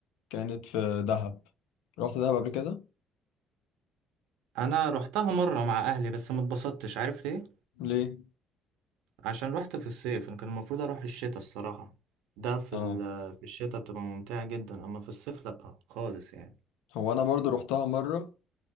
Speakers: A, on the left; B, on the right.
A: كانت في دهب رحت دهب قبل كده
B: انا رحتها مره مع اهلي بس ما اتبسطتش عارف ليه
A: ليه
B: عشان رحت في الصيف كان المفروض اروح الشتاء الصراحه ده في
A: اه
B: ال- في الشتاء بتبقى ممتعه جدا اما في الصيف لا خالص يعني
A: هو انا برضو رحتها مره